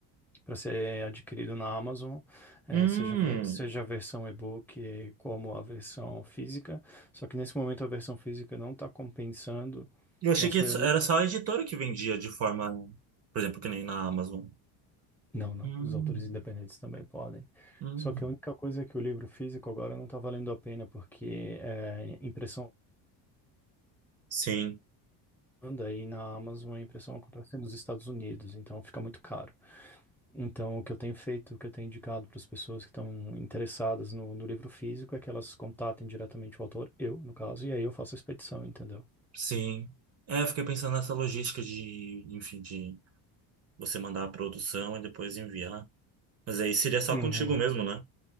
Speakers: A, in the centre; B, on the right.
A: para ser adquirido na Amazon, é,
B: Hum,
A: seja, ve- seja a versão e-book como a versão física, só que nesse momento a versão física não está compensando,
B: eu achei
A: mas
B: que
A: foi
B: era só a editora que vendia de forma, por exemplo, que nem na Amazon.
A: Não, não.
B: Hum,
A: Os autores independentes também podem.
B: hum.
A: Só que a única coisa é que o livro físico agora não está valendo a pena, porque é, impressão
B: Sim,
A: anda e na Amazon a impressão acontece nos Estados Unidos, então fica muito caro. Então, o que eu tenho feito, o que eu tenho indicado para as pessoas que estão interessadas no, no livro físico é que elas contatem diretamente o autor, eu, no caso, e aí eu faço a expedição, entendeu?
B: sim. É, eu fiquei pensando nessa logística de, enfim, de você mandar a produção e depois enviar. Mas aí seria só
A: Uhum.
B: contigo mesmo, né?